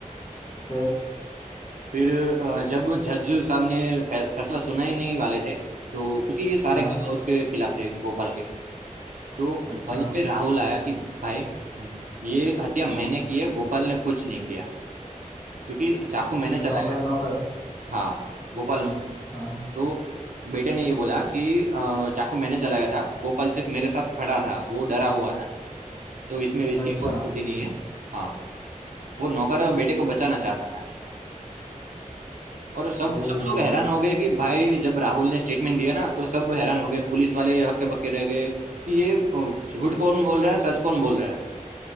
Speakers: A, on the left; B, on the right.
A: फिर
B: फिर अ, जब जज साहब ने फै- फैसला सुनाए नहीं वाले थे तो क्योंकि ये सारे
A: हाँ
B: गवाह उसके खिलाफ थे गोपाल के तो
A: अच्छा
B: वहीं पे राहुल आया कि भाई ये हत्या मैंने की है गोपाल ने कुछ नहीं किया क्योंकि चाकू मैंने
A: अच्छा
B: चलाया
A: नौकर नौकर
B: हाँ गोपाल
A: हाँ
B: ने
A: हाँ
B: तो बेटे ने ये बोला कि अ, चाकू मैंने चलाया था गोपाल सिर्फ मेरे साथ खड़ा था वो डरा हुआ था तो इसमें इसकी
A: अच्छा
B: कोई गलती नहीं है हाँ वो नौकर बेटे को बचाना चाहता था और सब
A: ओ
B: सब लोग हैरान हो गए कि भाई जब राहुल ने स्टेटमेंट दिया ना तो सब हैरान हो गए पुलिस वाले हक्के बक्के रह गए कि ये झूठ कौन बोल रहा है सच कौन बोल रहा है